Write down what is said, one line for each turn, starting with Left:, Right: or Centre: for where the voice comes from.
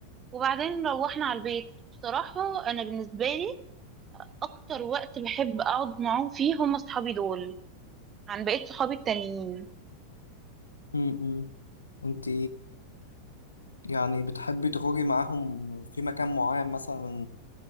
Right: وبعدين روحنا على البيت بصراحه انا بالنسبه لي اكتر وقت بحب اقعد معاهم فيه هم اصحابي دول عن بقية صحابي التانيين
Left: امم انت يعني بتحبي تخرجي معاهم في مكان معين مثلا